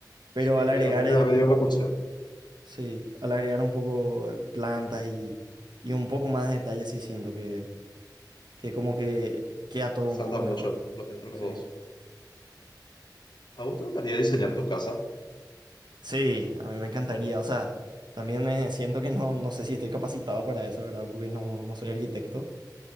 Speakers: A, on the right; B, on the left.
A: Pero
B: sí, eh,
A: al agregar
B: a mí me
A: el-
B: da medio
A: un poco,
B: repulsión.
A: sí, al agregar un poco eh, plantas y, y un poco más de detalles, sí siento que, que como que queda todo
B: Resalta
A: un poco
B: mucho
A: mejor.
B: lo- entre los
A: Sí.
B: dos. ¿A vos te gustaría diseñar tu casa?
A: Sí, a mí me encantaría. O sea, también eh, siento que no, no sé si estoy capacitado para eso, ¿verdad? Porque no, no soy arquitecto.